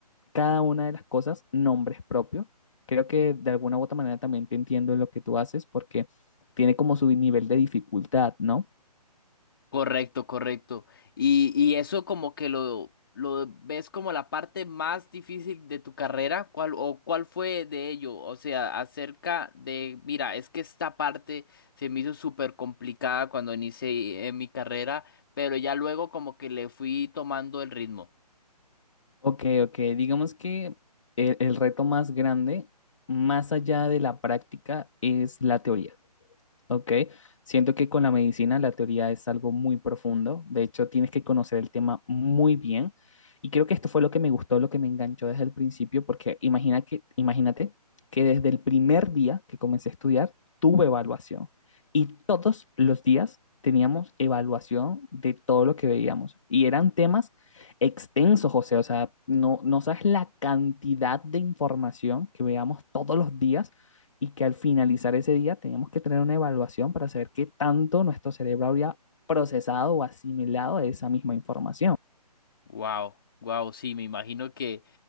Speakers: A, on the left (about 50°); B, on the left (about 35°).
A: cada una de las cosas nombres propios. Creo que de alguna u otra manera también te entiendo en lo que tú haces porque tiene como su nivel de dificultad, ¿no?
B: Correcto, correcto. Y, y eso como que lo, lo ves como la parte más difícil de tu carrera, ¿cuál, o cuál fue de ello? O sea, acerca de, mira, es que esta parte se me hizo súper complicada cuando inicié eh, mi carrera, pero ya luego como que le fui tomando el ritmo.
A: Ok, ok. Digamos que el, el reto más grande, más allá de la práctica, es la teoría. Ok, siento que con la medicina la teoría es algo muy profundo, de hecho tienes que conocer el tema muy bien y creo que esto fue lo que me gustó, lo que me enganchó desde el principio, porque imagina que, imagínate que desde el primer día que comencé a estudiar tuve evaluación y todos los días teníamos evaluación de todo lo que veíamos y eran temas extensos, José, o sea, no, no sabes la cantidad de información que veíamos todos los días y que al finalizar ese día teníamos que tener una evaluación para saber qué tanto nuestro cerebro habría procesado o asimilado esa misma información.
B: Wow, wow, sí, me imagino que,